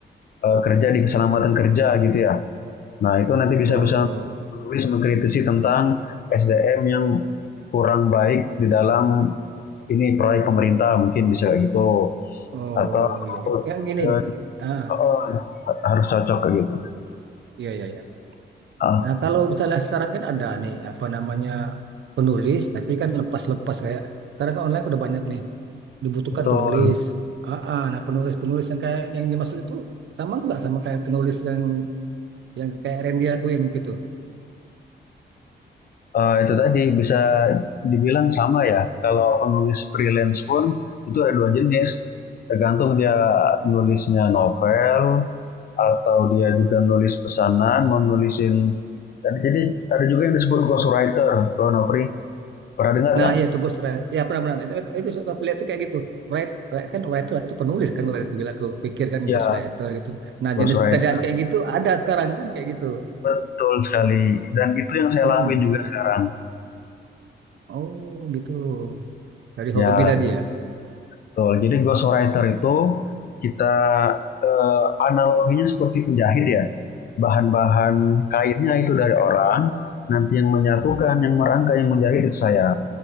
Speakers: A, on the left; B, on the right.
A: eh, kerja di keselamatan kerja gitu ya. Nah, itu nanti
B: Oh,
A: bisa-bisa
B: oh,
A: menulis mengkritisi tentang SDM yang kurang baik di dalam ini proyek pemerintah mungkin bisa kayak gitu
B: oh,
A: atau
B: ya, ya gini.
A: eh,
B: Ah,
A: oh, harus cocok kayak gitu.
B: iya, iya, iya.
A: Ah,
B: Nah, kalau misalnya sekarang kan ada nih apa namanya penulis, tapi kan lepas-lepas kayak sekarang kan online udah banyak nih dibutuhkan
A: betul.
B: penulis. Ah, ah, nah penulis-penulis yang kayak yang dimaksud itu sama nggak sama kayak penulis yang yang kayak Randy lakuin gitu.
A: Eh, itu tadi bisa dibilang sama ya. Kalau penulis freelance pun itu ada dua jenis. Tergantung dia nulisnya novel atau dia juga nulis pesanan, mau nulisin. Jadi ada juga yang disebut ghostwriter, loh Nopri. Pernah dengar
B: Nah,
A: nggak?
B: ya itu ghostwriter. Ya, pernah-pernah. Itu, itu suka aku lihat tuh kayak gitu. Write, kan writer itu penulis kan. Aku bilang, aku pikir kan
A: Ya,
B: ghostwriter gitu. Nah,
A: Ghostwriting
B: jenis pekerjaan kayak gitu ada sekarang kan kayak gitu.
A: betul sekali. Dan itu yang saya
B: Mm-mm.
A: lakuin juga sekarang.
B: Oh, gitu. Dari
A: Ya,
B: hobi tadi ya.
A: betul. Jadi ghostwriter itu kita eh, analoginya seperti penjahit ya. Bahan-bahan kainnya itu dari orang, nanti yang menyatukan, yang merangkai, yang menjahit itu saya.